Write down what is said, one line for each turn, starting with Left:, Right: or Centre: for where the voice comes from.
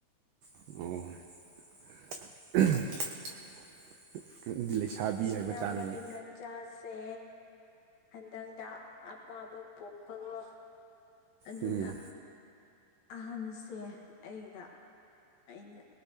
Right: ꯑꯣ ꯅꯪꯗꯤ ꯂꯩꯁꯥꯕꯤ ꯍꯥꯏꯕ
Left: ꯑꯌꯥꯝꯕꯒꯤ
Right: ꯇꯥꯔꯦꯅꯦ
Left: ꯃꯠ ꯆꯥꯁꯦ ꯍꯟꯗꯛꯇ ꯑꯃꯃꯨꯛ ꯄꯣꯛꯄꯒꯣ ꯑꯗꯨꯅ
Right: ꯎꯝ
Left: ꯑꯍꯟꯁꯦ ꯑꯩꯒ ꯑꯩꯅ